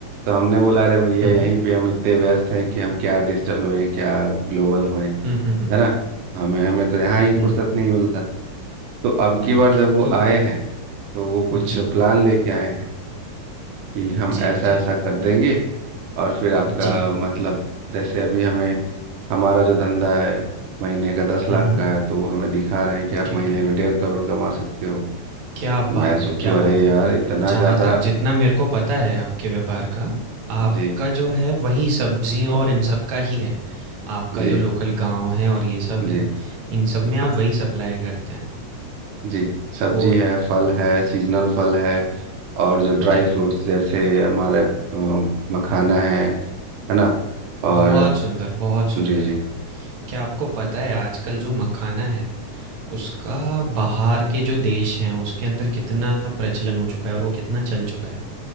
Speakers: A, on the right; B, on the right.
A: तो हमने बोला अरे भैया
B: हम्म
A: यहीं
B: हम्म
A: पे हम इतने व्यस्त हैं कि हम क्या डिजिटल होएं क्या ग्लोबल होएं
B: हम्म हम्म हम्म
A: है ना हमें हमें तो यहाँ ही
B: हम्म,
A: फुर्सत नहीं मिलता तो अब
B: हम्म।
A: की बार जब वो
B: तो
A: आए हैं तो वो कुछ
B: जी,
A: प्लान लेके आए हैं कि हम
B: जी,
A: ऐसा
B: जी,
A: ऐसा कर देंगे और फिर आपका
B: जी।
A: मतलब जैसे अभी हमें हमारा जो धंधा है महीने का दस लाख
B: हुँ, हुँ।
A: का है तो वो हमें दिखा रहे हैं कि आप
B: ठीक
A: महीने
B: है।
A: में डेढ़ करोड़ कमा सकते हो
B: क्या
A: तो
B: बात
A: मैं सोचूं
B: है, क्या बात
A: अरे
B: है।
A: यार इतना
B: जहाँ
A: ज़्यादा
B: तक जितना मेरे को पता है आपके व्यापार का, आपका
A: जी
B: जो है वही सब्ज़ियों और इन सब का ही है। आपका
A: जी
B: जो लोकल गाँव है और ये सब है,
A: जी
B: इन सब में आप वही सप्लाई करते हैं।
A: जी सब्जी
B: तो
A: है फल है सीजनल फल है और जो ड्राई
B: जी,
A: फ्रूट्स जैसे हमारे अ, मखाना है है ना और
B: बहुत सुंदर, बहुत सुंदर।
A: जी जी
B: क्या आपको पता है आजकल जो मखाना है, उसका बाहर के जो देश हैं उसके अंदर कितना प्रचलन हो चुका है और वो कितना चल चुका है?